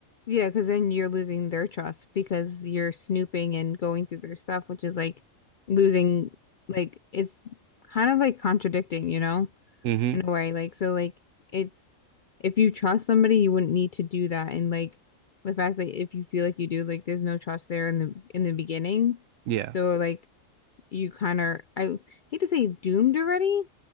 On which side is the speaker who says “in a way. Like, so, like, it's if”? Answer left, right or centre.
Left